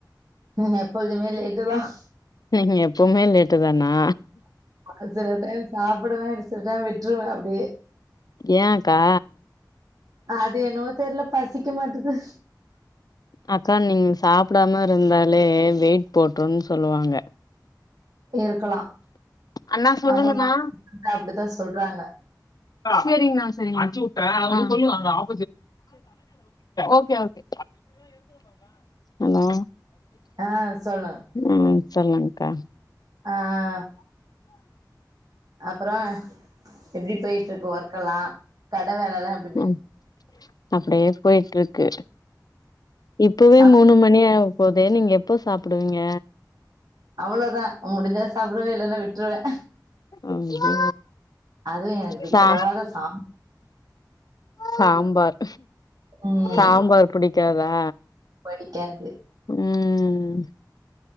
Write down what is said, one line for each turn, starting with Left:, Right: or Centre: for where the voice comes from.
Right: உ நா எப்போதுமே லேட்டு தான்
Left: நீங்க எப்பவுமே லேட்டு தானா
Right: அது சில டைம் சாப்பிடுவேன் சில டைம் விட்டுருவேன் அப்டியே
Left: ஏன்க்கா
Right: அது என்னமோ தெர்ல பசிக்க மாட்டிது
Left: அக்கா நீங்க சாப்பிடாம இருந்தாலே வெயிட் போட்ருன்னனு சொல்லுவாங்க
Right: இருக்கலா
Left: அண்ணா சொல்லுங்கண்ணா
Right: ஆமாமா அப்டித்தா சொல்றாங்க
Left: செரியிங்கான செரிங்கானா ஆ ஓகே ஓகே அலோ
Right: ஆ சொல்லு
Left: ம் சொல்லுங்க்கா
Right: அங் அப்றோ எப்டி போய்ட்ருக்கு ஒர்க்கல்லா கட வேலல்லா எ
Left: ம் அப்டியே போய்ட்டுருக்கு இப்பவே
Right: சம
Left: மூணு மணி ஆவ போதே நீங்க எப்போ சாப்டுவீங்க
Right: அவ்ளோதா முடிஞ்சா சாப்டுவே இல்லன்னா விட்டுருவ
Left: ஐயோ
Right: அதுவு எனக்கு பிடிக்காத
Left: சா
Right: சா
Left: சாம்பார்
Right: ம்
Left: சாம்பார் பிடிக்காதா
Right: படிக்காது
Left: ம்